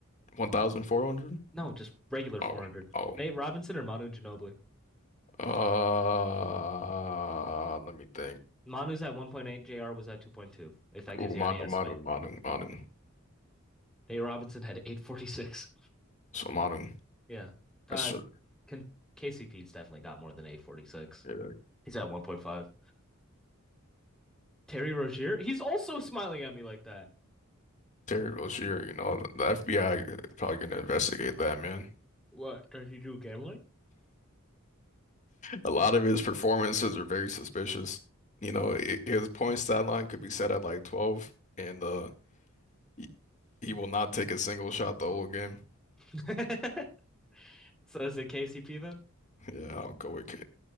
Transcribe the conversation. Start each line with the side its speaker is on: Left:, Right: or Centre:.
Left: 1,400? <laughs>
Centre: No, just regular 400.
Left: Oh, oh.
Centre: Nate Robinson or Manu Ginobili?
Left: Uh, let me think.
Centre: Manu's at 1.8, JR was at 2.2, if that gives
Left: Ooh,
Centre: you
Left: Manu,
Centre: any estimate.
Left: Manu, Manu, Manu.
Centre: Nate Robinson had 846.
Left: So Manu,
Centre: Yeah. Uh,
Left: yes sir.
Centre: can, KCP's definitely got more than 846.
Left: Yeah,
Centre: He's at 1.5. Terry Rozier, he's also smiling at me like that.
Left: Terry Rozier, you know, the FBI is probably gonna investigate that man. <laughs>
Centre: What, does he do gambling?
Left: A lot of his performances are very suspicious. You know, i his point stat line could be set at like 12, and uh, he, he will not take a single shot the whole game.
Centre: <laughs> so is it KCP then?
Left: Yeah, I'll go with K.